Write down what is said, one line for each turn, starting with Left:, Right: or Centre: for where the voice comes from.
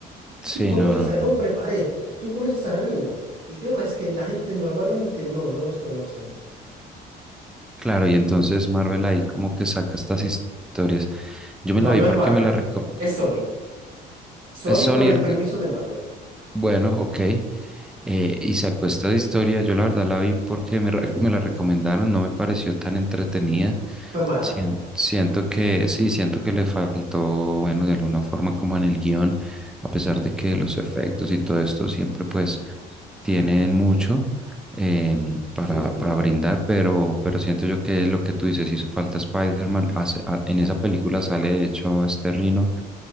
Centre: Sí,
Right: Tú conoces
Centre: no, no,
Right: al
Centre: no.
Right: hombre pared, tú conoces a Rhino. El tema es que la gente normalmente no, no los conoce.
Centre: Claro, y entonces Marvel ahí como que saca estas historias. Yo me
Right: No,
Centre: la vi
Right: no
Centre: porque
Right: es Marvel,
Centre: me la, reco-
Right: es Sony. Sony
Centre: Es Sony
Right: con el
Centre: el
Right: permiso
Centre: que...
Right: de Marvel.
Centre: Bueno, ok. Eh, y sacó esta de historia. Yo la verdad la vi porque me, re- <laughs> me la recomendaron. No me pareció tan entretenida.
Right: Fue mala.
Centre: Sien- Siento que sí, siento que le faltó, bueno, de alguna forma como en el guión, a pesar de que los efectos y todo esto siempre pues tienen mucho em,
Right: Sí,
Centre: para,
Right: sí.
Centre: para brindar, pero, pero siento yo que lo que tú dices hizo falta Spider-Man, hace- a- en esa película sale de hecho este Rino,